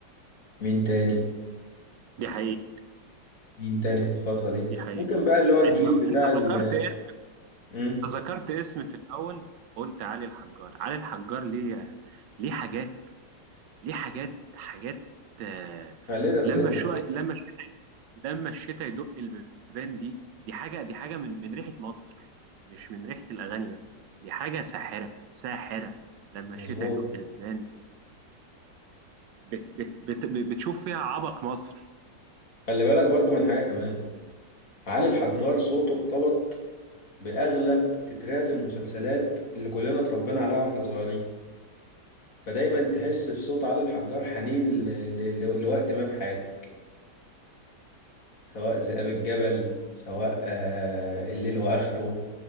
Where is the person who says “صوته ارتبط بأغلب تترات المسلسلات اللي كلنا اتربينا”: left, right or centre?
Left